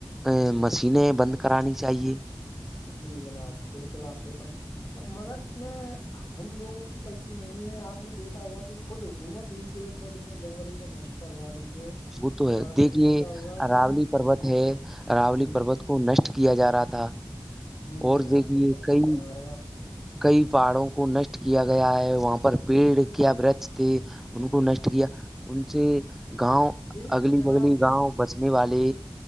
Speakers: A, in the centre; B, on the left.
A: ا مشینیں بند کرانی چاہیے
B: جی جناب بالکل آپ سےح پر مگر اس میں ہم لوگوں کی غلطی نہیں ہے آپ نے دیکھا ہوگا کہ خود حکومت ہی پ پودوں کو جنگلوں کو نشٹ کروا رہی ہے
A: وہ تو ہے
B: اور آپ
A: دیکھیے
B: نے دیکھا ہوگا کہ
A: راولی پروت ہے راولی
B: جی
A: پروت کو نشٹ کیا جا رہا تھا
B: جی
A: اور
B: جناب
A: دیکھیے
B: بالکل
A: کئی
B: فرما رہے ہو آپ
A: کئی پہاڑوں کو نشٹ کیا گیا ہے وہاں پر پیڑ کیا ورچ تھے ان کو نشٹ کیا ان سے گاؤں
B: دیکھو
A: اگلی
B: جناب
A: بگلی
B: یہ
A: گاؤں بسنے والے